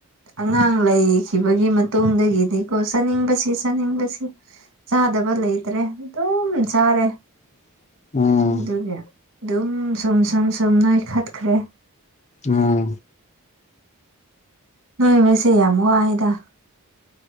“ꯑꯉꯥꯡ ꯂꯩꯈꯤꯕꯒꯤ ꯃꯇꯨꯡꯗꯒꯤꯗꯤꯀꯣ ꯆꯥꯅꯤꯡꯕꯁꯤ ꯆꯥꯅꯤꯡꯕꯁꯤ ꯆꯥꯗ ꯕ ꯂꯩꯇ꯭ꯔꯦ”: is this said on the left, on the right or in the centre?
Right